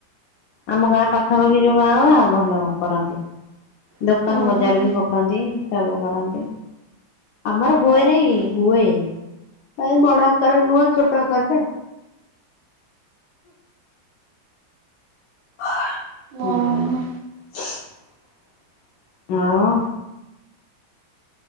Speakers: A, on the left; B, on the right.
A: ଆମ ଗାଁ ପାଖାପାଖି ଯୋଉ ଗାଁ ଭଲ କରନ୍ତି।
B: ଓହୋ
A: ଦୋକାନ ବଜାର ବି ପକାନ୍ତି ସବୁ କରନ୍ତି। ଆମର ହୁଏ
B: ଓହୋ
A: ନାଇଁ ହୁଏ। ଆ ବଡ ଆକାର ରେ ନୁହ ଛୋଟ ଆକରରେ ହୁଁ।
B: ଓହୋ।
A: ହଁ।